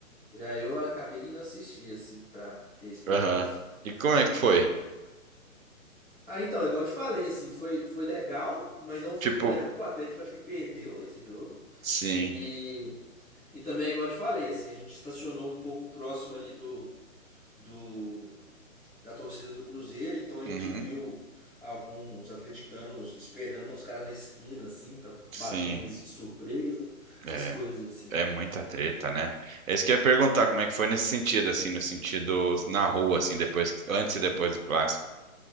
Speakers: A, in the centre; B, on the right (about 70°).
A: e aí eu acabei indo assistir, assim, pra ter a experiência.
B: Aham. E como é que foi?
A: Ah, então, é igual eu te falei, assim, foi, foi legal, mas não foi
B: Tipo,
A: tão legal <laughs> pro Atlético, acho que perdeu esse jogo.
B: sim.
A: E, e também, é igual eu te falei, assim, a gente estacionou um pouco próximo ali do, do da torcida do Cruzeiro, então a gente
B: Uhum,
A: viu alguns atleticanos esperando uns caras na esquina, assim, pra
B: sim.
A: bater neles de surpresa, essas
B: É,
A: coisas, assim.
B: é muita treta, né? É isso que eu ia perguntar, como é que foi nesse sentido, assim, no sentido na rua, assim, depois, antes e depois do clássico.